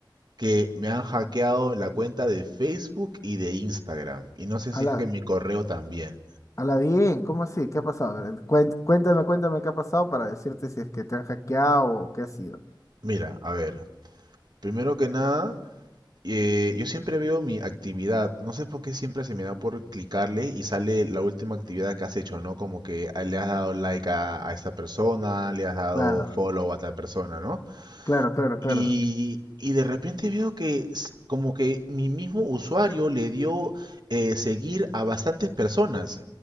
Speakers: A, on the right; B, on the left.
A: que me han hackeado la cuenta de Facebook y de Instagram. Y no sé
B: A
A: si es
B: la,
A: que mi correo también.
B: a la bien, ¿cómo así? ¿Qué ha pasado? A ver, cuen- cuéntame, cuéntame qué ha pasado para decirte si es que te han hackeado o qué ha sido.
A: Mira, a ver, primero que nada. eh, yo siempre veo mi actividad. No sé por qué siempre se me da por clicarle y sale la última actividad que has hecho, ¿no? Como que ah, le has dado like a, a esta persona, le has dado
B: Claro,
A: follow a tal persona, ¿no?
B: claro, claro, claro.
A: Y, y de repente veo que s- como que mi mismo usuario le dio eh, seguir a bastantes personas,